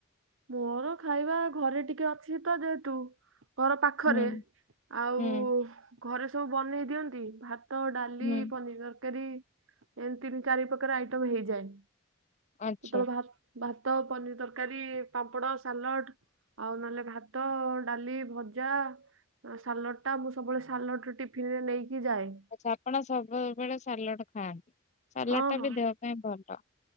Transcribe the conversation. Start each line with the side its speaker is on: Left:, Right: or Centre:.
Right: ମୋର ଖାଇବା ଘରେ ଟିକେ ଅଛି ତ ଯେହତୁ ଘର ପାଖରେ
Left: ହୁଁ
Right: ଆଉ
Left: ହୁଁ
Right: ଘରେ ସବୁ ବନେଇ ଦିଅନ୍ତି। ଭାତ ତ ଡାଲି
Left: ହୁଁ
Right: ପନିର ତରକାରୀ ଏମ ତିନି ଚାରି ପ୍ରକାର ଆଇଟମ ହେଇଯାଏ।
Left: ଆଚ୍ଛା
Right: କତ ଭାତ୍ ଭାତ ପନିର ତରକାରୀ ପାମ୍ପଡ ସାଲଡ ଆଉ ନହେଲେ ଭାତ ଡାଲି ଭଜା। ସାଲଡ଼ ଟା ମୁଁ ସବୁବେଳେ ସାଲଡ଼ ଟିଫିନରେ ନେଇକି ଯାଏ।
Left: ଆଚ୍ଛା ଆପଣ ସବୁବେଳେ ସାଲଡ ଖାଆନ୍ତି।? ସାଲଡ
Right: ହଁ
Left: ଟା
Right: ହଁ
Left: ବି ଦେହ ପାଇଁ ଭଲ।